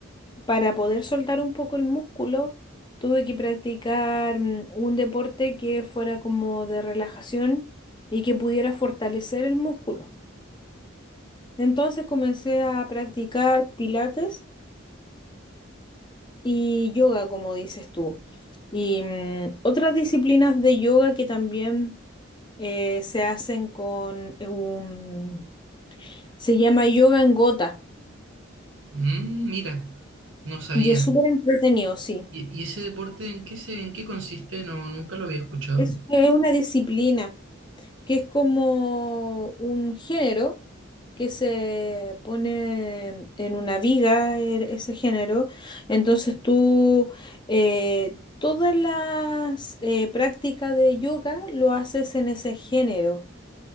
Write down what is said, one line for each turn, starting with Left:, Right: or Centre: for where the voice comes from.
Left: para poder soltar un poco el músculo, tuve que practicar mm, un deporte que fuera como de relajación y que pudiera fortalecer el músculo. Entonces comencé a practicar pilates y yoga, como dices tú. Y mm, otras disciplinas de yoga que también eh, se hacen con eh, un... Se llama yoga en gota
Right: Mm, mira, no sabía.
Left: y es súper entretenido, sí.
Right: ¿Y, y ese deporte en qué se, en qué consiste? No, nunca lo había escuchado.
Left: Es, es una disciplina. que es como un género que se pone en una viga e- ese género. Entonces tú eh, todas las eh, prácticas de yoga lo haces en ese género,